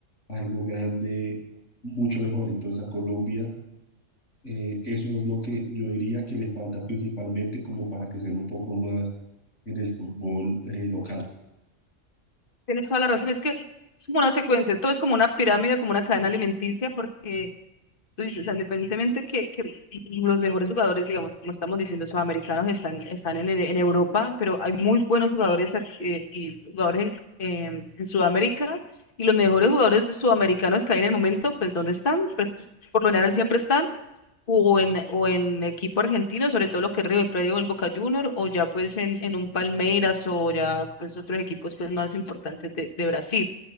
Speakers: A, on the left; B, on the left.
A: algo grande, mucho mejor. Entonces a Colombia, eh, eso es lo que yo diría que le falta principalmente como para crecer un poco más en el fútbol eh, local.
B: Tienes toda la razón, es que es como una secuencia, todo es como una pirámide, como una cadena alimenticia, porque tú dices, o sea, independientemente que, que los mejores jugadores, digamos, como estamos diciendo, sudamericanos están, están en, en Europa, pero hay muy buenos jugadores ac- eh, y jugadores en, em, en Sudamérica, y los mejores jugadores sudamericanos que hay en el momento, pues, ¿dónde están? Pues, por lo general siempre están o en, o en equipo argentino, sobre todo lo que es River Plate o el Boca Juniors, o ya pues en, en un Palmeiras o ya pues otros equipos pues más importantes de, de Brasil,